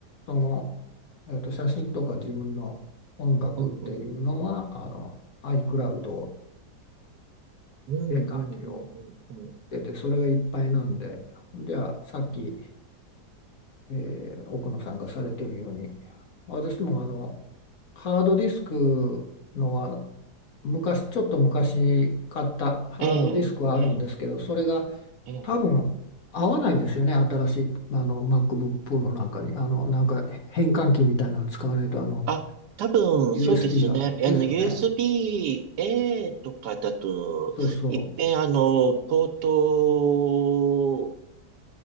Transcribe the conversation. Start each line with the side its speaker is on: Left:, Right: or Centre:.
Left: その、えーと、写真とか自分の音楽っていうのは、
Right: うんうんうん
Left: あの、iCloud
Right: うん。うんうんうんうんうん。
Left: で、管理をしてて、それがいっぱいなんで、ほんではさっき、えー奥野さんがされてるように、私もあの、ハードディスクのは、昔、ちょっと昔買ったハードディスクはあるんですけど、
Right: ええ、ええ、
Left: それが
Right: ええ。
Left: 多分合わないですよね、新しいあの MacBook Pro なんかに、あの、なんか変換器みたいなの使わないと、あの、
Right: あ、多分そうですね。
Left: USB が。ですよね。
Right: あの、USB-A とかだと、
Left: そうそう。
Right: いっぺんあの、ポートを、